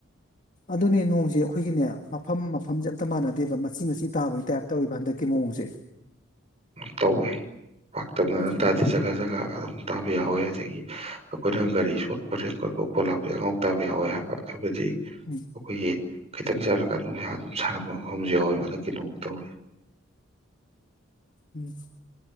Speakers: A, on the left (about 40°); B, on the right (about 30°).
A: ꯑꯗꯨꯅꯦ ꯅꯣꯡꯁꯦ ꯑꯩꯈꯣꯏꯒꯤꯅꯦ ꯃꯐꯝ ꯃꯐꯝꯁꯦ ꯑꯝꯇ ꯃꯥꯟꯅ ꯗ‌ꯦꯕ ꯃꯆꯤ ꯃꯆꯤ ꯇꯥꯕꯒꯤ ꯇꯥꯏꯞ ꯇꯧꯌ‌ꯦꯕ ꯍꯟꯗꯛꯀꯤ ꯃꯑꯣꯡꯁꯦ
B: ꯇꯧꯋꯦ ꯄꯥꯛꯇꯛꯅꯅ
A: ꯎꯝ
B: ꯇꯥꯗ‌ꯦ ꯖꯒꯥ ꯖꯒꯥ ꯑꯗꯨꯝ ꯇꯥꯕ ꯌꯥꯎꯌꯦ ꯑꯗꯒꯤ ꯑꯩꯈꯣꯏꯅ ꯒꯥꯔꯤ <unintelligible> ꯑꯩꯈꯣꯏꯒꯤ
A: ꯎꯝ
B: ꯈꯤꯇꯪ ꯆꯠꯂꯒ ꯅꯨꯡꯁꯥ ꯑꯗꯨꯝ ꯁꯥꯔꯝꯕ ꯃꯐꯝꯁꯨ ꯌꯥꯎꯋꯦꯕ ꯍꯟꯗꯛꯀꯤ ꯅꯣꯡ ꯇꯧ
A: ꯎꯝ